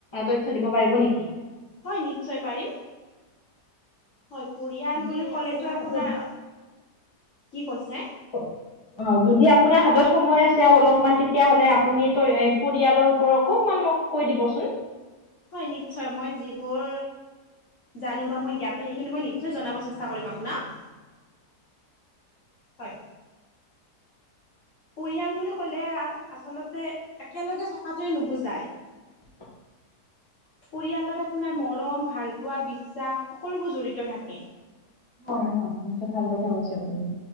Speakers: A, on the left; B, on the left.
A: তথ্য দিব পাৰিব নেকি।
B: হয় নিশ্চয় পাৰিম। হয় পৰিয়াল
A: যদি
B: বুলি ক'লেতো আপোনাৰ
A: হাতত
B: কি কৈছে।
A: <unintelligible> অ যদি আপোনাৰ হাতত সময় আছে অলপমান তেতিয়াহলে আপুনি পৰিয়ালৰ ওপৰত অকমান মোক, কৈ দিবচোন।
B: হয় নিশ্চয় মই যিবোৰ জানো বা মই জ্ঞাতো সেইখিনি মই নিশ্চয় জনাব চেষ্টা কৰিম আপোনাক। হয়। পৰিয়াল বুলি ক'লে আচলতে একেলগে থকাটোৱে নুবুজাই।
A: <inaudible>
B: পৰিয়ালত আপোনাৰ মৰম ভাল পোৱা বিশ্বাস সকলোবোৰ জড়িত থাকে।
A: হয় হয় বহুত ভাল কথা কৈছা আপুনি।